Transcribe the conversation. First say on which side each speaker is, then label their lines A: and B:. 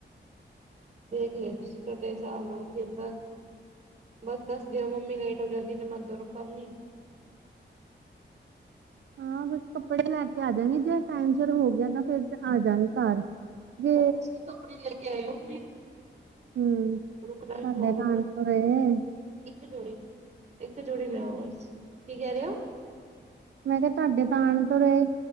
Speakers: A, on the right (about 35°); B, on the right (about 70°).
A: ਦੇਖ ਲਿ ਤੁਸੀਂ ਤੁਹਾਡੇ ਹਿਸਾਬ ਨਾਲ ਕਹਿੰਦਾ। ਬਸ ਦੱਸ ਦਿਓ ਮੰਮੀ ਲੇਟ ਹੋ ਜਾਂਦੀ ਤੇ ਮੈਂ ਤੁਰ ਪਾਨੀ।
B: ਹਾਂ ਬਸ ਕੱਪੜੇ ਲੈ ਕੇ ਆ ਜਾਗੀ ਜੇ ਟਾਈਮ ਸੇਰ ਹੋ ਗਿਆ ਤਾਂ ਫੇਰ ਤਾਂ ਆਜਾ ਗੀ ਘਰ। ਜੇ
A: ਪਰ ਤੁਸੀ ਕੱਪੜੇ ਲੈ ਕੇ ਆਏ ੳ ਅਪਨੇ
B: ਹੂੰ
A: ਰੁਕਨਾ
B: ਤੁਹਾਡੇ
A: ਈ ਪਉਗਾ
B: ਤਾਂ
A: ਫੇਰ।
B: ਆਣ ਤੋਂ ਰਹੇ
A: ਇੱਕ ਜੋੜੀ, ਇੱਕ ਜੋੜੀ ਲੈ ਆੳ ਬਸ। ਕੀ ਕੈ ਰਏ ਓ?
B: ਮੈਂ ਕੇਆ ਤੁਆਡੇ ਪਾਣ ਦੋਰੇ